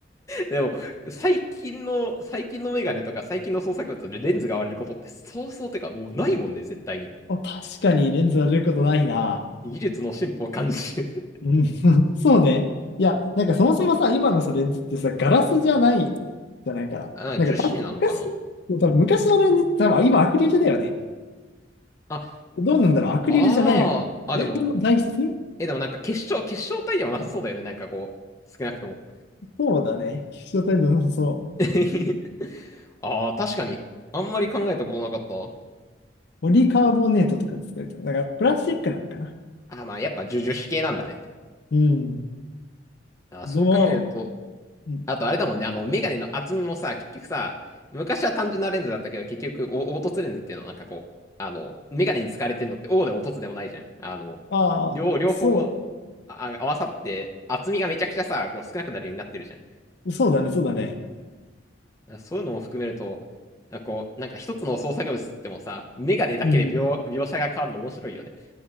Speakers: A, on the left; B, on the left.
A: でも、最近の、最近のメガネとか最近の創作物でレンズが割れることって、そうそうてか、もうないもんね、絶対に。
B: あ確かにレンズ割れることないな。
A: 技術の進歩を感じる。
B: うん、<laughs> そうね。いや、なんかそもそもさ、今のさ、レンズってさ、ガラスじゃないじゃないから。
A: <laughs> あ、なんか樹脂なのかな
B: なんか多分昔、多分昔のレンズって多分今アクリルだよね。
A: あ、
B: どうなんだろう、アクリルじゃないのかも。
A: ああ、あ、でも、
B: この材質
A: え、でもなんか結晶、結晶体ではなさそうだよね。なんかこう、少なくとも。
B: そうだね。希少タイプの、そう。
A: <laughs> ああ、確かに。あんまり考えたことなかった。
B: ポリカーボネートとか使われてる。だからプラスチックなのかな。
A: あー、まあやっぱ樹樹脂系なんだね。
B: うん。
A: あー、
B: でも、
A: そう考えると、
B: うん、
A: あとあれだもんね、あの、メガネの厚みもさ、結局さ、昔は単純なレンズだったけど、結局、お凹凸レンズっていうのはなんかこう、あの、メガネに使われてんのって、O でも凸でもないじゃん。あの、
B: ああ、
A: 両、両方
B: そ
A: あ合わさって、厚みがめちゃくちゃさ、こう少なくなるようになってるじゃん。
B: う、そうだね、そうだね。
A: そういうのも含めると、なんかこう、なんか一つの創作物とってもさ、メガネだけで描、
B: うん。
A: 描写が変わるの面白いよね。